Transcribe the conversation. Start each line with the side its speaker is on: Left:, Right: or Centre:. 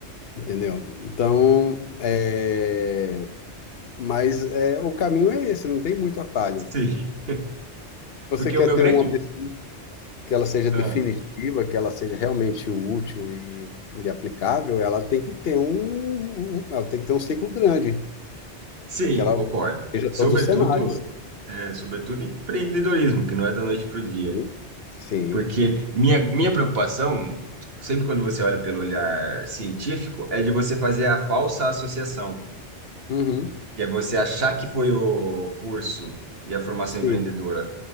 Left: entendeu? Então, é, Mas é, o caminho é esse, não tem muito atalho.
Right: Sim,
Left: Se você
Right: porque
Left: quer
Right: o meu
Left: ter
Right: grande.
Left: uma pesquisa que ela seja
Right: Ah,
Left: definitiva, que ela seja realmente útil e, e aplicável, ela tem que ter um, um- ela tem que ter um ciclo grande,
Right: sim,
Left: para que ela
Right: concordo.
Left: veja
Right: Sobretudo,
Left: todos os cenários.
Right: é, sobretudo em empreendedorismo, que não é da noite para o dia.
Left: né? Sim.
Right: Porque minha, minha preocupação, sempre quando você olha pelo olhar científico, é de você fazer a falsa associação,
Left: Uhum.
Right: que é você achar que foi o curso e a formação
Left: Sim.
Right: empreendedora